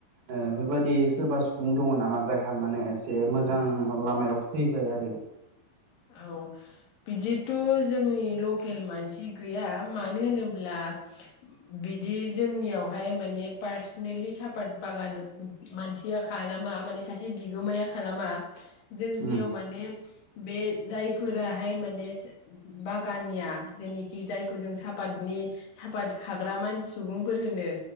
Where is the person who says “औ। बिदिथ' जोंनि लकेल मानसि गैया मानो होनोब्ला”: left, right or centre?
Left